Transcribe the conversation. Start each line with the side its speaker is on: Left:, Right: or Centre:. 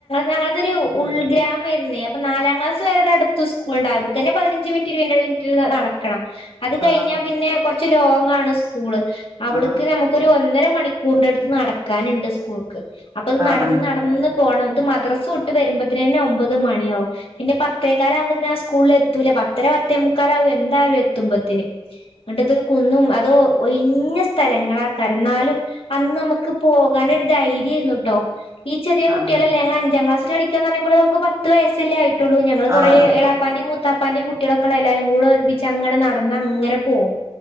Left: ഞങ്ങൾക്കൊരു ഉൾഗ്രാമ <unintelligible> അപ്പൊ നാലാം ക്ലാസ്സ്‌ വരെ അടുത്ത് സ്കൂളുണ്ടാരുന്നു. അവിടത്തന്നെ പതിനഞ്ചു മിനിറ്റ് ഇരുപത് മിനിറ്റ് നടക്കണം. അത് കഴിഞ്ഞ
Right: ആഹ്
Left: പിന്നെ കൊറ ച്ച് ലോങ്ങാണ് സ്കൂള്. അവിടക്ക്
Right: ആഹ്
Left: ഞമ്മക്കൊരു ഒന്നര ന്ന് മണിക്കൂറിന്റെ അടുത്ത് നടക്കാന്ണ്ട് ഇസ് സ്കൂൾക്ക് അപ്പത്
Right: ആഹ്
Left: നടന്ന്
Right: ആഹ്
Left: നടന്ന് പോണം ഇത് മദ്രസ്സ വിട്ടു വരുമ്പോത്തിനെന്നെ ഒമ്പത് മണി ആവും, പിന്നെ പത്തേകാല് ആവുമ്പോത്തിന് സ്കൂളിൽ എത്തൂല പത്തര പത്തേ മുക്കാലാവും എന്തായാലും എത്തുമ്പത്തിന്, ഇന്നിട്ട് ഇതൊരു കുന്നും അതോ ഒയിഞ്ഞ സ്ഥലങ്ങളാ കര്ഞ്ഞാലും അന്ന് നമ്മക്ക് പോകാനൊര്ത് ധൈര്യം ആയിരുന്നൂട്ടോ ഈ ചെറിയ കുട്ട്യേളല്ലേ
Right: ആഹ്
Left: ഞങ്ങളഞ്ചാം ക്ലാസ്സില് പഠി <unintelligible> പറയ്മ്പളും ഞമ്മക്ക് പത്തു വയസ്സല്ലേ ആയി ട്ടുള്ളൂ ഞങ്ങള് കൊറേ
Right: ആഹ് ആഹ്
Left: എളാപ്പാൻ്റീം മൂത്ത് ത്താപ്പൻ്റിം കുട്ടിളൊക്കാണ്ട് എല്ലാരും കൂടെ ഒരുമിച്ചങ്ങനെ നടന്നങ്ങനെ പോവും